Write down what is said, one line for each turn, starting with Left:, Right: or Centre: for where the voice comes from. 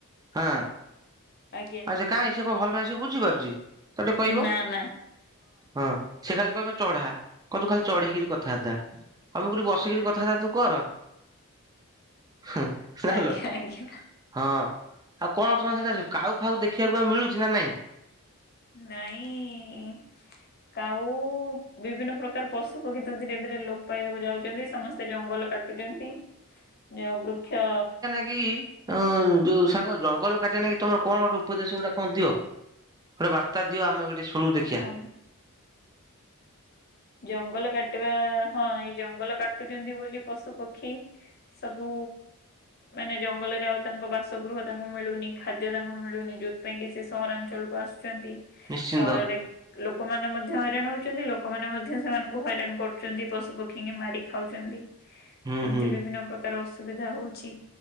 Right: ହଁ
Left: ଆଜ୍ଞା
Right: ଆଉ ସେ କାହିଁ ସିଏ କଣ ଭଲ ପାଇବା ସିଏ ବୁଝିପାରୁଛି ତାକୁଟେ କହିବ
Left: ନା ନା।
Right: ହଁ। ସେ ଖାଲି କହିବ ଚଢା କହିବ ତୁ ଖାଲି ଚଢେଇକିରି କଥା ବାର୍ତ୍ତା, ଆଉ ମୁଁ ଗୋଟେ ବସିକିରି କଥା ବାର୍ତ୍ତା ତୁ କର। ହ ଜାଣିଲୋ।
Left: ଆଜ୍ଞା ଆଜ୍ଞା
Right: ହଁ ଆଉ କଣ ତମର ସିଆଡ଼େ କାଉ ଫାଉ ଦେଖିବାକୁ ଆଉ ମିଳୁଚି ନା ନାଇଁ।
Left: ନାଇଁ। କାଉ ବିଭିନ୍ନ ପ୍ରକାର ପଶୁପକ୍ଷୀ ତ ଧୀରେ ଧୀରେ ଲୋପ ପାଇବାକୁ ଯାଉଛନ୍ତି, ସମସ୍ତେ ଜଙ୍ଗଲ କାଟୁ ଛନ୍ତି ଯଉ ବୃକ୍ଷ
Right: କି ଅଁ ଯୋଉ ସାଙ୍ଗ ଜଙ୍ଗଲ କାଟିବା ନାଗି ତମର କଣ ଗୋଟ ଉପଦେଶ ଗୁଟା କଣ ଦିଅ, ଗୋଟେ ବାର୍ତ୍ତା ଦିଅ ଆମେ ଗୋଟେ ଶୁଣୁ ଦେଖିିଆ।
Left: ହଁ ଜଙ୍ଗଲ କାଟିବା ହଁ, ଏଇ ଜଙ୍ଗଲ କାଟୁଛନ୍ତି ବୋଲି ପଶୁ ପକ୍ଷୀ ସବୁ ମାନେ ଜଙ୍ଗଲରେ ଆଉ ତାଙ୍କ ବାସଗୃହ ତାଙ୍କୁ ମିଳୁନି, ଖାଦ୍ୟ ତାଙ୍କୁ ମିଳୁନି ଯୋଉଥିପାଇଁ କି ସେ ସହରାଞ୍ଚଳକୁ କୁ ଆସୁଛନ୍ତି,
Right: ନିଶ୍ଚିନ୍ତ
Left: ସହରରେ ଲୋକମାନେ ମଧ୍ୟ ହଇରାଣ ହଉଛନ୍ତି ଲୋକ୍ କମାନେ ମଧ୍ୟ ସେମାନଙ୍କୁ ହଇରାଣ କରୁଛନ୍ତି, ପଶୁ ପକ୍ଷୀ ଙ୍କି ମାରି ଖାଉଛନ୍ତି
Right: ହୁଁ
Left: ଏମତି
Right: ହୁଁ।
Left: ବିଭିନ୍ନ ପ୍ରକାର ତାର ଅସୁବିଧା ହଉଛି।